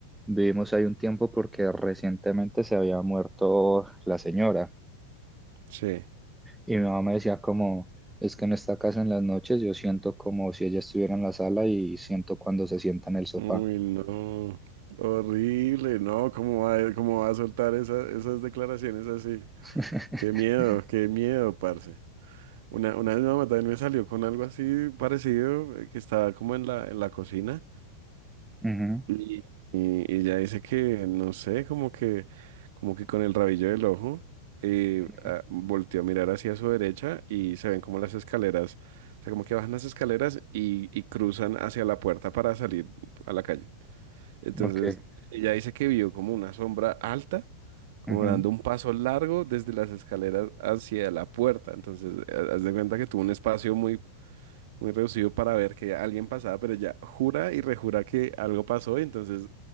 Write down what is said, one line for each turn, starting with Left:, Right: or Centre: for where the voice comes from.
Centre: vivimos ahí un tiempo porque recientemente se había muerto la señora.
Right: sí.
Centre: Y mi mamá me decía como, es que en esta casa en las noches yo siento como si ella estuviera en la sala y siento cuando se sienta en el sofá.
Right: Uy, no. Horrible, no. ¿Cómo va, cómo va a soltar esa- esas declaraciones así?
Centre: <laughs>
Right: Qué miedo, qué miedo, parce. Una, una vez mi mamá también me salió con algo así parecido, eh, que estaba como en la, en la cocina.
Centre: Ujú,
Right: Y, y- y ella dice que, no sé, como que, como que con el rabillo del ojo, eh,
Centre: ujú,
Right: ah, volteó a mirar hacia su derecha y se ven como las escaleras, o sea, como que bajan las escaleras y, y cruzan hacia la puerta para salir a la calle. Entonces,
Centre: Ok.
Right: ella dice que vio como una sombra alta, como
Centre: ujú.
Right: dando un paso largo desde las escaleras hacia la puerta. Entonces, ha- haz de cuenta que tuvo un espacio muy, muy reducido para ver que alguien pasaba, pero ella jura y rejura que algo pasó, y entonces